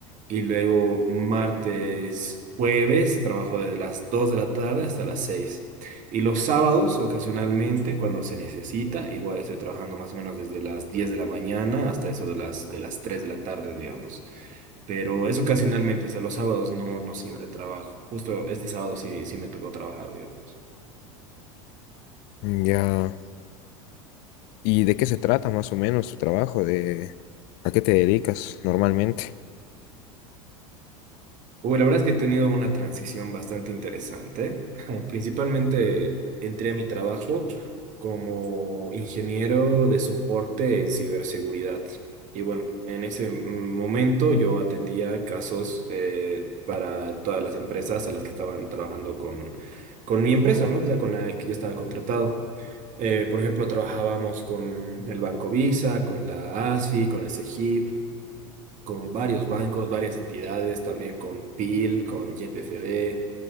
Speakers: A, on the right; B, on the left.
A: Y luego martes, jueves, trabajo desde las 2 de la tarde hasta las seis Y los sábados, ocasionalmente, cuando se necesita, igual estoy trabajando más o menos desde las 10 de la mañana hasta eso de las, de las 3 de la tarde, digamos pero es ocasionalmente, o sea, los sábados no, no siempre trabajo. Justo este sábado sí, sí me tocó trabajar, digamos.
B: Mm, Ya. ¿Y de qué se trata más o menos tu trabajo? ¿De a qué te dedicas normalmente?
A: Uy, la verdad es que he tenido una transición bastante interesante. <laughs> Principalmente entré a mi trabajo como ingeniero de soporte en ciberseguridad. Y bueno, en ese mm, momento yo atendía casos eh, para todas las empresas a las que estaban trabajando con, con mi empresa, ¿no? O sea, con la que yo estaba contratado. Eh, por ejemplo, trabajábamos con el Banco Visa, con la ASFI, con el CEGIP, con varios bancos, varias entidades, también con PIL, con YPFB